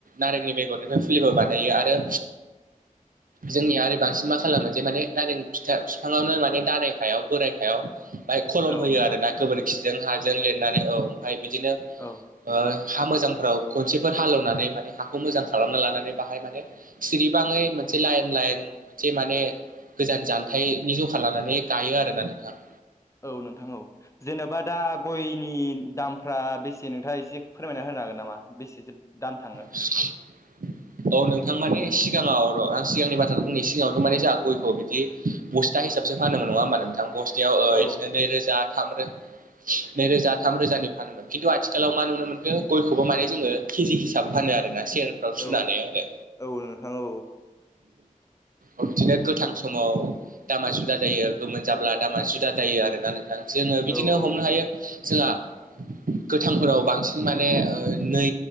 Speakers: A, on the right; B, on the left.
A: नारेंनि बेगरनिफ्राय फुलिबो बानायो आरो जोंनिया आरो बांसिन मा खालामो जे माने नारें फिथा बिफाङावनो माने दालायखायाव बोराय खायाव ओमफाय खलम
B: औ
A: होयो
B: नोंथां
A: आरोना गोबोरखिजों हाजों लिरनानै औ ओमफाय बिदिनो
B: औ
A: ओ हा मोजांफ्राव खनसेफोर हालेवनानै माने हाखौ मोजां खालामना लानानै बाहाय माने सिरि बाङै मोनसे लाइन लाइन से माने गोजान जानथाइनि जखा लानानै गाइयो आरोना नोंथां।
B: औ नोंथां औ। जेनोबा दा गयनि दामफ्रा बेसे नोंथाङा एसे फोरमायना होनो हागोन नामा बेसेसो दाम थाङो?
A: <unintelligible> औ नोंथां मानि सिगाङाव र' आं सिगांनि बाथ्राखौ बुंनि सिगाङावथ' माने जोंहा गयखौ बिदि बस्था हिसाबसो फानोमोन नङा होमबा नोंथां बस्थायाव
B: औ
A: ओ इदिनो नै रोजा थाम रो नै रोजा थाम रोजानि फानो। खिन्थु आथिखालाव मा नुनो मोनखो गयखौबो माने जोङो केजि हिसाब फानो आरो ना सेयारफ्राव
B: औ
A: सुनानै आरो।
B: औ नोंथां औ
A: बिदिनो गोथां समाव दामा जुदा जायो गोमोन जाब्ला दामा जुदा जायो आरोना नों थां जोङो बिदिनो
B: औ
A: हमनो
B: औ
A: हायो जोंहा गोथांफोराव बांसिन माने ओ नै